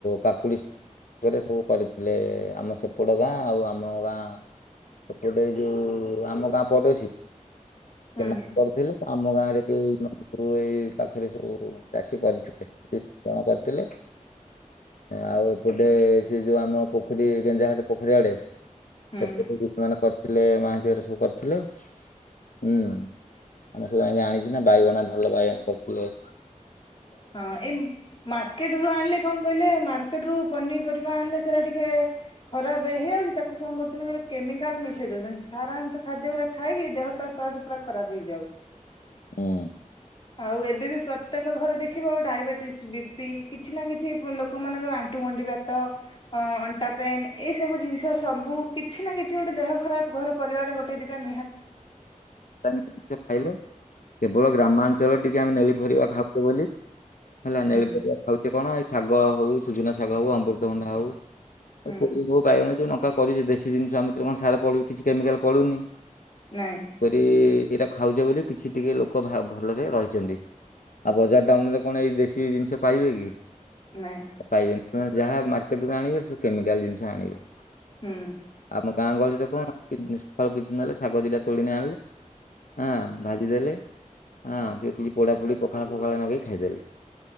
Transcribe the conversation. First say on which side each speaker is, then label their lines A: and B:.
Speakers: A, on the left; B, on the left.
A: କାକୁଡିରେ ସବୁ କରିଥିଲେ ଆମ ସେପଟ ଗାଁ ଆଉ ଆମ ଗାଁ ସେପଟ ଏଇ ଯୋଉ ଆମ କା ପଡ଼ୋଶୀ ସେମାନେ
B: ହୁଁ
A: କରଥିଲେ ଆମ ଗାଁ ରେ ଏଇ ପାଖରେ ସବୁ ଚାଷୀ କରିଥିଲେ କ୍ଷତି ପୂରଣ କରିଥିଲେ। ଆଉ ଏପଟେ ସେ ଯୋଉ ଆମ ପୋଖରୀ ଗେଞ୍ଜା ହାତ ପୋଖରୀ ଆଡେ
B: ହୁଁ।
A: ସେପଟେ କି କଣ ଥିଲେ ମହାନ୍ତିର ସବୁ କାର୍ ଥିଲେ ହୁଁ ଆମେ ଯାଇକି ଆଣିଚୁ ନା ବାଇଗଣ ଭଲ ବାଇଗଣ କରୁଥିଲେ।
B: ହଁ ଏମ ମାର୍କେଟ ରୁ ଆଣିଲେ କଣ କହିଲେ ମାର୍କେଟ ରୁ ପନିପରିବା ଆଣିଲେ ସେରା ଟିକେ ଖରାପ ହେଇଆଉଛି। ତାକୁ କଣ କରୁଛନ୍ତି କେମିକାଲ ମିଶେଇ ଦଉଛନ୍ତି ସାରାଂଶ ଖାଦ୍ୟ ଖାଇକି ଦେହ ତ ସହଜେ ଖରାପ ହେଇଯାଉଚି।
A: ହୁଁ।
B: ଆଉ ଏବେ ବି ପ୍ରତ୍ୟେକ ଘରେ ଦେଖି। ଦେଖିବ ଡାଇବେଟିସ ବି ପି କିଛି ନା କିଛି ଲୋକମାନଙ୍କର ଆଣ୍ଠୁ ଗଣ୍ଠି ବାତ ଅନାଟା ପେନ୍ ଏଇ ସବୁ ଜିନିଷ ସବୁ କିଛି ନା କିଛି ଗୋଟେ ଦେହ ଖରାପ ଘରେ ପରିବାରେ ଗୋଟେ ଦି ଟା।
A: ଜିନିଷ ଖାଇଲେ। ବୋ ଗ୍ରାମାଞ୍ଚଳ ଟିକେ। ଆମେ ନେଳି ଫରିବା ଖାଉଚେ ବୋଲି ହେଲାନେଳି
B: ହୁଁ
A: ପରିବା ଖାଉଚେ କଣ। ଶାଗ ହଉ ସୂଜୁ ନା ଶାଗ ହଉ ଅମୃତଭଣ୍ଡା ହଉ।
B: ହୁଁ
A: ବୋଉ ଭାଇ। ଯୋଉ ନଙ୍କା କରିଚେ ଦେଶୀ ଜିନିଷ ଆମେ ସାର ପଡୁନି କିଛି କେମିକାଲ ପଡ଼ୁନି।
B: ନାଇଁ
A: କରି। ଏଇଟା ଖାଉଛେ ବୋଲି କିଛି ଟିକେ ଲୋକ ଭଲରେ ରହିଛନ୍ତି ଆଉ ବଜାର ଟାଉନରେ କଣ ଏଇ ଦେଶୀ ଜିନିଷ ପାଇବେ କି।
B: ନାଇଁ।
A: ପାଇବେନି ସେମାନେ ଯାହା ମାର୍କେଟରୁ ଆଣିବେ ସେ କେମିକାଲ ଜିନିଷ ଆଣିବେ।
B: ହୁଁ।
A: ଆମ ଗାଁ ଗହଳି ରେ କଣ ସକାଳୁ କିଛି ନହେଲେ ଶାଗ ଦିଟା। ତୋଳିକି ଆଣିଲେ ଆଁ ଭାଜିଦେଲେ ଆଁ ଏତିକି ପୋଡ଼ା ପୋଡ଼ି ପଖାଳ ଫକାଳ ନଗେଇ ଖାଇଦେଲେ।